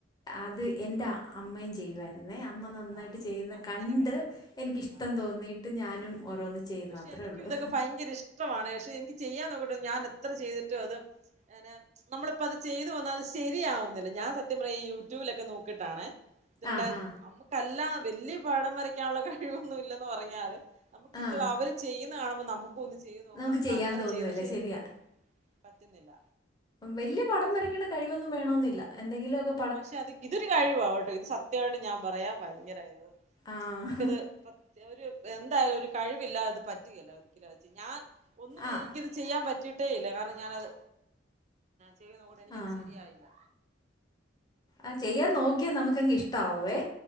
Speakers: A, on the left; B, on the right.
A: അത് എൻ്റെ അമ്മയും ചെയ്യുവായിരുന്നേ അമ്മ നന്നായിട്ട്
B: ആഹ്
A: ചെയ്യുന്ന
B: അങ്ങനെ
A: കണ്ട്
B: കണ്ടു
A: എനിക്കിഷ്ടം
B: ആഹ്
A: തോന്നിയിട്ട് ഞാനും ഓരോന്ന് ചെയ്യുന്നു
B: പക്ഷെ
A: അത്രേ
B: എനിക്കും
A: ഒള്ളു
B: ഇതൊക്കെ ഭയങ്കര ഇഷ്ടമാണ് പക്ഷെ എനിക്ക് ചെയ്യാൻ നോക്കിട്ട് ഞാൻ എത്ര ചെയ്തിട്ടും അത് <unintelligible> നമ്മളിപ്പ അത് ചെയ്ത് വന്നാൽ അത് ശരിയാവുന്നില്ല ഞാൻ സത്യം പറ ഈ യൂട്യൂബിലൊക്കെ നോക്കിട്ടാണേ ഇതെല്ലാം
A: ആഹാ
B: നമ്മുക്കല്ല വല്യ പടം വരയ്ക്കാനുള്ള കഴിവൊന്നും ഇല്ലെന്ന് പറഞ്ഞാലും നമുക്കിത്
A: ആഹ്
B: അവര് ചെയ്യുന്ന കാണുമ്പോ നമുക്കും ഒന്ന് ചെയ്ത് നോക്കാം
A: നമുക്ക് ചെയ്യാൻ
B: അങ്ങനെ
A: തോന്നുവല്ലേ
B: ചെയ്തു പക്ഷെ
A: ശരിയാ
B: എനിക്കത് പറ്റുന്നില്ല
A: വല്യ പടം വരയ്ക്ക്ണ കഴിവൊന്നും വേണോന്നില്ല എന്തങ്കിലൊക്കെ
B: പക്ഷെ അത് ഇതൊരു കഴിവാണ് ഇത് സത്യയിട്ട് ഞാൻ പറയാ ഭയങ്കര ഇത്
A: ആഹ്
B: നമുക്കിത് ഒരു എന്തായാലും ഒരു കഴിവില്ലാതെ പറ്റില്ല ഒരിക്കലോ ഞാൻ ഒന്നും
A: ആഹ്
B: എനിക്ക് ചെയ്യാൻ പറ്റിയിട്ടേ ഇല്ല കാരണം ഞാനത് ചെയ്യൂന്നൊണ്ട് എനിക്കത്
A: ആഹ്
B: ശരിയായില്ല
A: ആഹ് ചെയ്യാൻ നോക്കിയാ നമുക്ക്ങ് ഇഷ്ട്ടാവേ